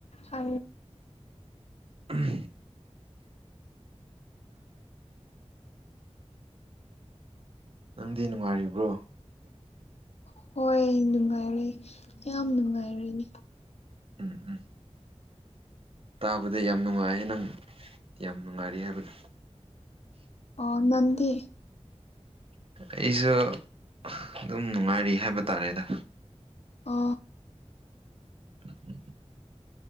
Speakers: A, on the left; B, on the right.
A: ꯑ
B: ꯎꯝ ꯅꯪꯗꯤ ꯅꯨꯡꯉꯥꯏꯔꯤꯕ꯭ꯔꯣ
A: ꯍꯣꯏ ꯅꯨꯡꯉꯥꯏꯔꯦ ꯌꯥꯝ ꯅꯨꯡꯉꯥꯏꯔꯦꯅꯦ
B: ꯎꯝ ꯎꯝ ꯇꯥꯕꯗ ꯌꯥꯝ ꯅꯨꯡꯉꯥꯏ ꯅꯪ ꯌꯥꯝ ꯅꯨꯡꯉꯥꯏꯔꯤ ꯍꯥꯏꯕꯗ
A: ꯑ ꯅꯗꯤ
B: ꯑꯩꯁꯨ ꯑꯗꯨꯝ ꯅꯨꯡꯉꯥꯏꯔꯤ ꯍꯥꯏꯕ ꯇꯥꯔꯦꯗ
A: ꯑ
B: ꯎ